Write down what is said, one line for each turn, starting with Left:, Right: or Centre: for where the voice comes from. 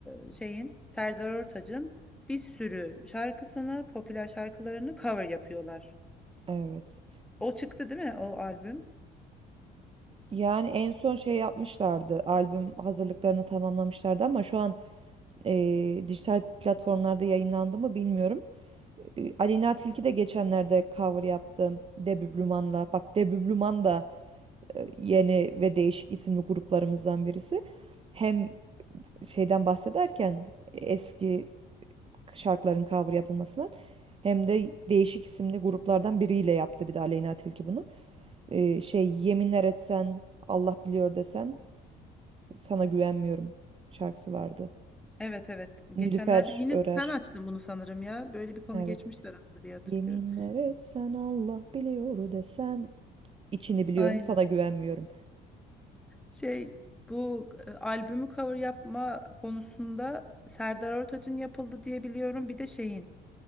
Centre: e, şeyin Serdar Ortaç'ın bir sürü şarkısını, popüler şarkılarını cover yapıyorlar.
Right: Evet.
Centre: O çıktı değil mi o albüm?
Right: Yani en son şey yapmışlardı. Albüm hazırlıklarını tamamlamışlardı ama şu an e, dijital platformlarda yayınlandı mı bilmiyorum. E, Aleyna Tilki de geçenlerde cover yaptı Debüblüman'la. Bak Debüblüman da e, yeni ve değişik isimli gruplarımızdan birisi. Hem şeyden bahsederken eski şarkıların cover yapılmasından hem de değişik isimli gruplardan biriyle yaptı bir de Aleyna Tilki bunu. E, şey yeminler etsen Allah biliyor desen sana güvenmiyorum şarkısı vardı.
Centre: Evet evet.
Right: Nilüfer
Centre: Geçenlerde yine
Right: Örer.
Centre: sen açtın bunu sanırım ya. Böyle bir konu
Right: Evet.
Centre: geçmişti aramızda diye hatırlıyorum.
Right: Yeminler etsen Allah biliyor desen içini biliyorum
Centre: Aynen.
Right: sana güvenmiyorum.
Centre: Şey bu e, albümü cover yapma konusunda Serdar Ortaç'ın yapıldı diye biliyorum. Bir de şeyin